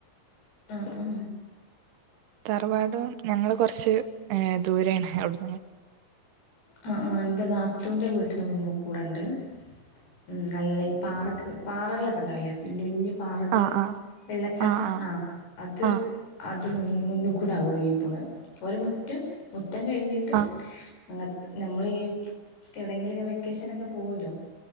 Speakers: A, on the left; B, on the right.
A: ആ ആ
B: തറവാടും ഞങ്ങൾ കുറച്ച് ഏ ദൂരെയാണ് അവിടു
A: ആ ആ എന്റെ നാത്തൂൻറെ വീട്ടന് മുമ്പ്കൂടെ ണ്ട് ഉം നല്ല ഈ പാറ പാറകളൊക്കെ ണ്ടാവുല്ലേ വല്യ വല്യ പാറകള്
B: ആഹ് ആഹ്
A: വെള്ളച്ചാട്ടം
B: ആഹ് ആഹ്
A: ആ അത് ആ
B: ആഹ്
A: അത് മുന്ന് മുന്നുകൂടാ ഒഴുകിപ്പോണ ഓരോ മുറ്റം മുറ്റം കഴിഞ്ഞിട്ട്
B: ആ
A: അങ്ങത്തെ നമ്മളെ ഈ എവിടെങ്കിലൊ ക്കെ വെക്കേഷനൊക്കെ പോവല്ലോ